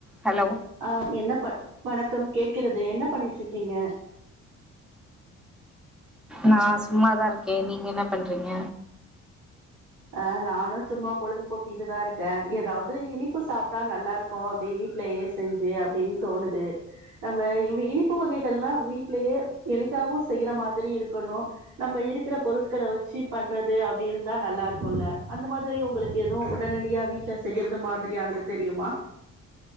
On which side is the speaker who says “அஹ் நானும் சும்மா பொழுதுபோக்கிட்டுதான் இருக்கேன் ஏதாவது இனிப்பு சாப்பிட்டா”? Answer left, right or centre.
Right